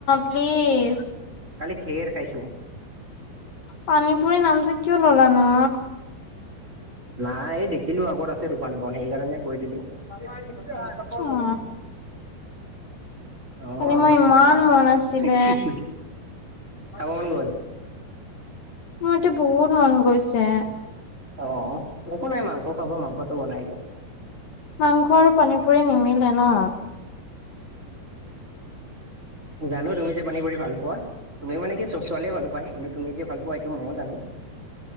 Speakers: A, on the left; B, on the right.
A: প্লিজ
B: কালি ধেৰ খাইছোঁ।
A: পানীপুৰি নাম যে কিয় ল'লা নো।
B: নাই এই দেখিলো আগত আছে দোকানখন সেইকাৰণে কৈ দিলো। <unintelligible>
A: অ
B: <unintelligible>
A: কালি মোৰ ইমান মন আছিলে মোৰ এতিয়া বহুত মন গৈছে।
B: অ, অ, একো নাই মাংস খাব মাংসটো বনাই দিয়া।
A: মাংস আৰু পানী পুৰি নিমিলে ন।
B: জানো তুমি যে, পানী কৰি ভাল পোৱা। তুমি মানে কি ছোৱালী মানুহ পায় ভাল পোৱা কিন্তুি যে ভাল পোৱা এইটো মইো জানো।